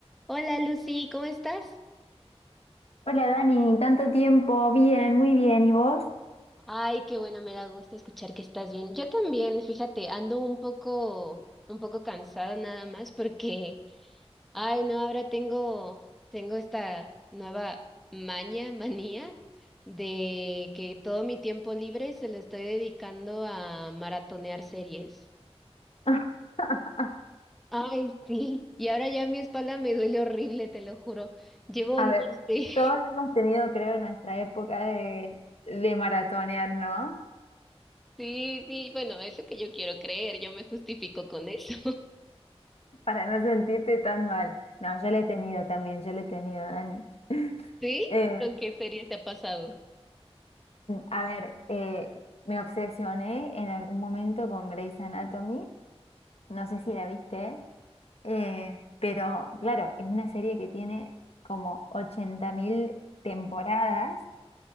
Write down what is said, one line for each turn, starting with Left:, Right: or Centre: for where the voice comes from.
Centre: Hola Lucy, ¿cómo estás?
Left: Hola Dani, tanto tiempo, bien, muy bien, ¿y vos?
Centre: Ay, qué bueno, me da gusto escuchar que estás bien. Yo también, fíjate, ando un poco, un poco cansada nada más porque, ay, no, ahora tengo, tengo esta nueva maña, manía de que todo mi tiempo libre se lo estoy dedicando a maratonear series.
Left: <laughs>
Centre: Ay, sí. Y ahora ya mi espalda me duele horrible, te lo juro. Llevo,
Left: A
Centre: no
Left: ver,
Centre: sé.
Left: todos
Centre: <laughs>
Left: hemos tenido, creo, nuestra época de, de maratonear, ¿no?
Centre: Sí, sí, bueno, es lo que yo quiero creer, yo me justifico con eso.
Left: Para no sentirte tan mal. No, yo la he tenido también, yo la he tenido, Dani. <laughs>
Centre: ¿Sí?
Left: Eh,
Centre: ¿Con qué serie te ha pasado?
Left: a ver, eh, me obsesioné en algún momento con Grey's Anatomy, no sé si la viste, eh, pero claro, es una serie que tiene como 80.000 temporadas.